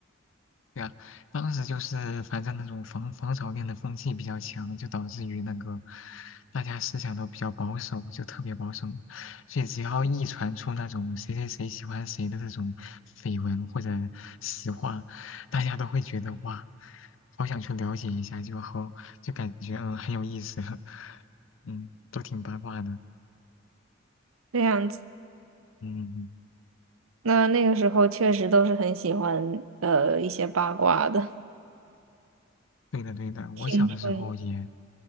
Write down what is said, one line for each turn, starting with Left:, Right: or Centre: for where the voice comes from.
Left: 对啊，当时就是反正那种防防潮恋的风气比较强，就导致于那个大家思想都比较保守，就特别保守嘛。所以只要一传出那种谁谁谁喜欢谁的这种绯闻或者实话，大家都会觉得哇，好想去了解一下，就好就感觉嗯很有意思，<laughs> 嗯，都挺八卦的，嗯。
Right: 这样子，
Left: 嗯嗯
Right: 那那个时候确实都是很喜欢呃一些八卦的
Left: 对的，对的，我小的时候也
Right: 青春，